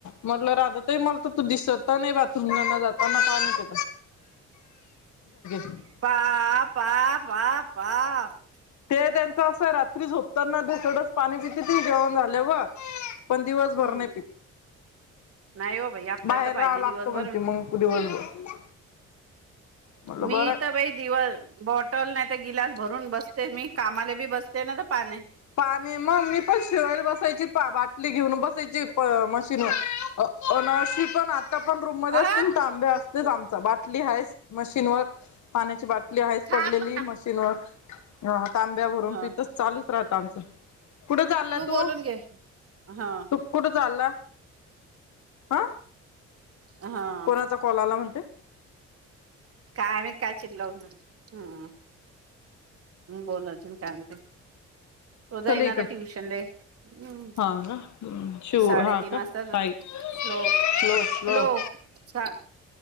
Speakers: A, on the left; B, on the right.
A: म्हटलं राधा ताई मला तू दिसत नाही राहत. <inaudible>
B: <unintelligible>
A: ते त्यांच असं रात्री झोपताना ढसडस पाणी पिती ते जेवण झालं वर. पण दिवस भर
B: हम्म
A: नाही पीत.
B: नाही हो बाई आपल्याला
A: बाहेर
B: तर पाहिजे
A: राहावं लागतं
B: दिवसभर.
A: म्हणते मग दिवसभर म्हटलं
B: मी
A: बरं आहे
B: तर बाई दिवस बॉटल नाही तर गिलास भरून बसते मी, कामाला बी बसते ना तर पाने
A: पाणी, मग मी पण शिवायले बसायची बाटली घेऊन बसायची. प, मशीनवर अन अशी पण आता पण रूम मध्ये
B: अ
A: असते ना तांब्या तेच आमचा, बाटली हाय मशीनवर. पाण्याची बाटली आहेच
B: थांब
A: पडलेली
B: म्हणा
A: मशीनवर, हा तांब्या भरून
B: ह
A: पितच चालूच राहत आमचं. कुठ चाला तू?
B: बोलून घे हा
A: कुठं चालला? हा.
B: हा.
A: कोणाचा कॉल आला म्हणते
B: काय महीत काय चिडला म्हणून. हम ह, बोल अजून काय म्हणते? तो
A: चल
B: जईन
A: इकडे
B: आता ट्यूशन ले, हमं
A: हा का शिव
B: साडेतीन
A: हा का
B: वाजता
A: साई
B: घ श्लोक,
A: स्लो स्लो
B: श्लोक सा